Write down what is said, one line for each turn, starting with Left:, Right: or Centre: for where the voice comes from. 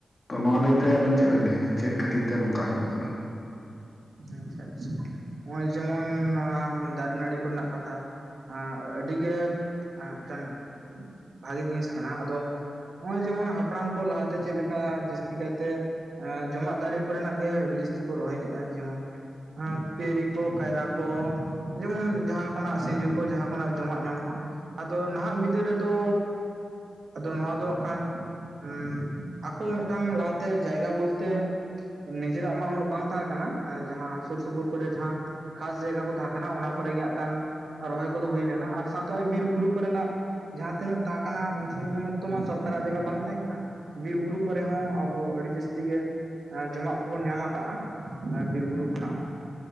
Left: ᱛᱚ ᱱᱚᱣᱟ ᱞᱟᱹᱭᱛᱮ ᱟᱵᱮᱱ ᱪᱮᱫ ᱵᱮᱱ ᱞᱟᱹᱭᱼᱟ ᱾ᱪᱮᱫ ᱠᱷᱟᱹᱛᱤᱨ ᱛᱮ ᱱᱚᱝᱠᱟ ᱦᱩᱭᱩᱜ ᱠᱟᱱᱟ᱾
Right: ᱟᱪᱪᱷᱟ ᱟᱪᱪᱷᱟ ᱦᱚᱜᱼᱚᱭ ᱡᱮᱢᱚᱱ ᱫᱟᱨᱮ ᱱᱟᱹᱲᱤ ᱠᱚ ᱨᱮᱱᱟᱜ ᱠᱟᱛᱷᱟ᱾ ᱮᱸ ᱟᱹᱰᱤᱜᱮ ᱢᱮᱫᱴᱮᱱ ᱵᱷᱟᱜᱮ ᱡᱤᱱᱤᱥ ᱠᱟᱱᱟ ᱟᱫᱚ ᱦᱚᱜ-ᱚᱭ ᱡᱮᱢᱚᱱ ᱦᱟᱯᱲᱟᱢ ᱠᱚ ᱞᱟᱦᱟᱛᱮ ᱪᱮᱫ ᱞᱮᱠᱟ ᱡᱟᱹᱥᱛᱤ ᱠᱟᱭᱛᱮ ᱮ ᱡᱚᱢᱟᱜ ᱫᱟᱨᱮ ᱠᱚ ᱨᱮᱱᱟᱜ ᱜᱮ ᱟᱹᱰᱤ ᱡᱟᱹᱥᱛᱤ ᱠᱚ ᱨᱚᱦᱚᱭ ᱞᱮᱜᱼᱟ ᱡᱮᱢᱚᱱ ᱮᱸ ᱯᱷᱮᱨᱤ ᱠᱚ, ᱠᱟᱭᱨᱟ ᱠᱚ ᱡᱮᱢᱚᱱ ᱡᱟᱦᱟᱸ ᱠᱷᱚᱱᱟᱜ ᱥᱮᱧᱡᱳ ᱠᱚ ᱡᱟᱦᱟᱸ ᱠᱷᱚᱱᱟᱜ ᱡᱚᱢᱟᱜ ᱧᱟᱢᱚᱜᱼᱟ᱾ ᱟᱫᱚ ᱱᱟᱦᱟᱜ ᱵᱤᱫᱟᱹᱞ ᱨᱮᱫᱚ, ᱟᱫᱚ ᱱᱚᱣᱟ ᱫᱚ ᱦᱟᱸᱜ ᱠᱷᱟᱱ ᱩᱸᱜ ᱟᱠᱚ ᱢᱮᱫᱴᱟᱝ ᱞᱟᱦᱟᱛᱮ ᱡᱟᱭᱜᱟ ᱵᱚᱞᱛᱮ ᱱᱤᱡᱮᱨᱟᱜ ᱢᱟ ᱩᱱᱟᱹᱜ ᱵᱟᱝ ᱛᱟᱦᱮᱸ ᱠᱟᱱᱟ ᱡᱟᱦᱟᱸ ᱥᱳᱨ ᱥᱳᱯᱚᱨ ᱠᱚᱨᱮ ᱡᱟᱦᱟᱸ ᱠᱷᱟᱥ ᱡᱟᱭᱜᱟ ᱠᱚ ᱛᱟᱦᱮᱸ ᱠᱟᱱᱟ ᱾ᱚᱱᱟ ᱠᱚᱨᱮ ᱜᱮ ᱦᱟᱸᱜ ᱠᱷᱟᱱ ᱨᱚᱦᱚᱭ ᱠᱚᱫᱚ ᱦᱳᱭ ᱞᱮᱱᱟ ᱟᱨ ᱥᱟᱶᱛᱮ ᱵᱤᱨ ᱵᱩᱨᱩ ᱠᱚ ᱨᱮᱱᱟᱜ ᱡᱟᱦᱟᱸ ᱛᱤᱱᱟᱹᱜ ᱛᱟᱦᱮᱸ ᱠᱟᱱᱟ ᱩᱱ, ᱩᱱ ᱚᱠᱛᱚ ᱢᱟ ᱥᱚᱨᱠᱟᱨᱟᱜ ᱡᱟᱭᱜᱟ ᱵᱟᱝ ᱛᱟᱦᱮᱸ ᱠᱟᱱᱟ᱾ ᱵᱤᱨ ᱵᱩᱨᱩ ᱠᱚᱨᱮ ᱦᱚᱸ ᱟᱵᱚ ᱟᱹᱰᱤ ᱡᱟᱹᱥᱛᱤ ᱜᱮ ᱡᱚᱢᱟᱜ ᱠᱚᱵᱚᱱ ᱧᱟᱢ ᱠᱟᱜᱼᱟ᱾ ᱟᱨ ᱵᱤᱨ ᱵᱩᱨᱩ ᱠᱷᱚᱱᱟᱜ ᱦᱚᱸ᱾